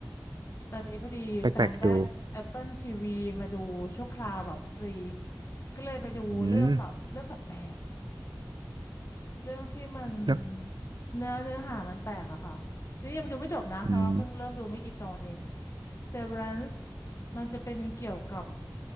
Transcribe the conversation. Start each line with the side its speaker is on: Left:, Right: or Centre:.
Left: ตอนนี้พอดีแฟนได้
Right: แปลกๆดู
Left: Apple TV มาดูชั่วคราวแบบฟรีก็เลยไปดูเรื่องแบบเรื่องแปลกๆ
Right: อืม
Left: เรื่องที่มัน
Right: นึก
Left: เนื้อเนื้อหามันแปลกอะค่ะนี่ยังดูไม่จบนะเพราะเพิ่งเริ่มดูไม่กี่ตอนเอง
Right: อืม
Left: Severance มันจะเป็นเกี่ยวกับ